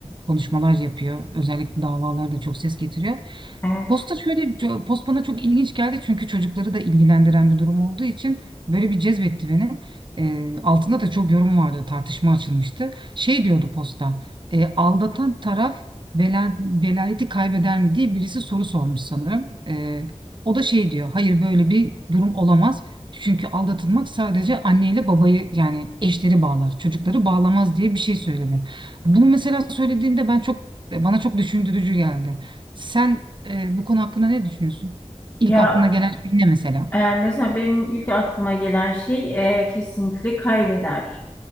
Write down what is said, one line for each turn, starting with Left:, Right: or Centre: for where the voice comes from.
Right: konuşmalar yapıyor. Özellikle davalarda çok ses getiriyor.
Left: evet.
Right: Posta şöyle ço- post bana çok ilginç geldi çünkü çocukları da ilgilendiren bir durum olduğu için böyle bir cezbetti beni. Ee, altında da çok yorum vardı, tartışma açılmıştı. Şey diyordu posta, e, aldatan taraf vela, velayeti kaybeder mi diye birisi soru sormuş sanırım. Ee, o da şey diyor, hayır böyle bir durum olamaz. Çünkü aldatılmak sadece anneyle babayı yani eşleri bağlar, çocukları bağlamaz diye bir şey söyledi. Bunu mesela söylediğinde ben çok bana çok düşündürücü geldi. Sen ee, bu konu hakkında ne düşünüyorsun? İlk
Left: Ya
Right: aklına gelen şey ne mesela?
Left: e, mesela benim ilk aklıma gelen şey e, kesinlikle kaybeder